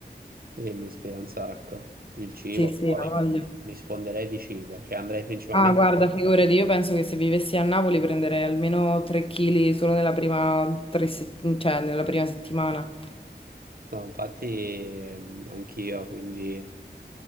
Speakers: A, on the right (about 55°); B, on the left (about 30°).
A: Sì, mi ispira un sacco. Il cibo,
B: Sì, sì,
A: poi
B: ha voglia.
A: mi, mi sfonderei di cibo, cioè andrei principalmente.
B: Ah, guarda, figurati, io penso che se vivessi a Napoli prenderei almeno 3 kg solo nella prima, tre se- cioè, nella prima settimana.
A: No, infatti ehm, anch'io, quindi,